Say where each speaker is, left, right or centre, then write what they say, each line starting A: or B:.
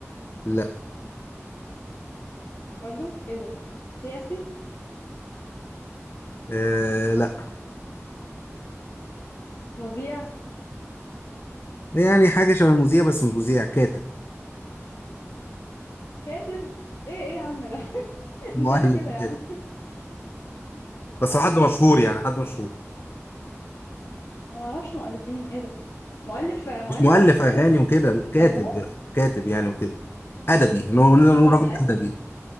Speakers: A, on the left (about 50°); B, on the left (about 70°).
A: لا
B: برضو ايه ده سياسي
A: آه لا
B: مذيع
A: يعني حاجه شبه مذيع بس مش مذيع كاتب
B: كاتب ايه ايه يا عم ده <laughs>
A: مؤلف
B: انت ليه كده
A: وكده
B: يا عم مؤلف
A: بس هو حد مشهور يعني حد مشهور
B: انا ما اعرفش مؤلفين ايه ده مؤلف مؤلف
A: مش مؤلف
B: بيألف
A: اغاني وكده
B: م- مسلسلات
A: كاتب كاتب يعني وكده ادبي ان هو نقدر
B: مسلسلات
A: نقول راجل ادبي